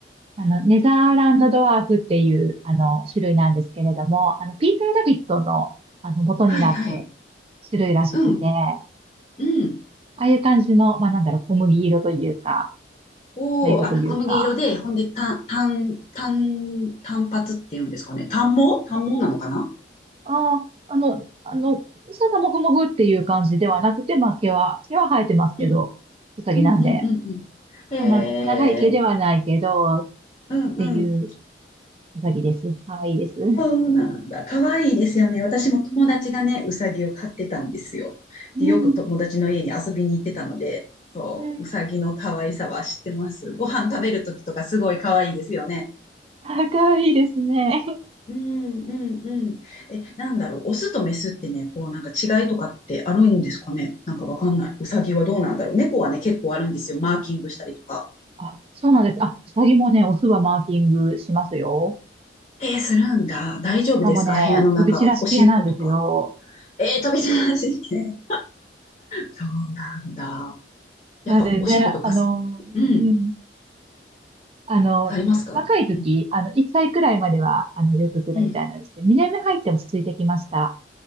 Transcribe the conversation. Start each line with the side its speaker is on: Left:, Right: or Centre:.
Right: あの、ネザーランドドワーフっていう、あの、種類なんですけれども、あの、ピーター・ラビットの、あの、元になった
Left: はいはい。
Right: 種類らしくて、
Left: うん。
Right: あ
Left: うん。
Right: あいう感じの、まあ、なんだろう、小麦色というか、
Left: おお、
Right: 茶色というか、
Left: あ、小麦色で、ほんで、単、単、単、単発っていうんですかね。単毛単毛なのかな
Right: ああ、あの、あの、そんなもふもふっていう感じではなくて、まあ、毛は、毛は生えてますけど、
Left: うん
Right: うさぎなんで、
Left: うんうんうんうん。えー、
Right: そんな長い毛ではないけど、っ
Left: うんうん。
Right: ていううさぎです。かわいいです。<laughs> う
Left: そうなんだ。可愛いいですよね。私も友達がね、うさぎを飼ってたんですよ。で、
Right: ん。
Left: よく友達の家に遊びに行ってたので、そう、
Right: うん。
Left: うさぎの可愛さは知ってます。ご飯食べるときとかすごい可愛いですよね。
Right: <laughs> あ、かわいいですね。
Left: うんうんうん。え、なんだろう。オスとメスってね、こうなんか違いとかってあるんですかね。なんかわかんない。うさぎはどうなんだろう。猫はね、結構あるんですよ。マーキングしたりとか。
Right: あ、そうなんです。あ、うさぎもね、オスはマーキングしますよ。
Left: えーするんだ。大丈夫ですか部屋の中。
Right: しかもね、飛び散らし系なんですよ。
Left: おしっことか。えー、飛び出してて。そうなんだ。やっぱおしっことかすうん。
Right: なんでね、あの、うん、あの、
Left: されますかうん。
Right: 若い時、あの、1歳くらいまでは、あの、よくするみたいなんですけど、
Left: うん。
Right: 2年目入って落ち着いてきました。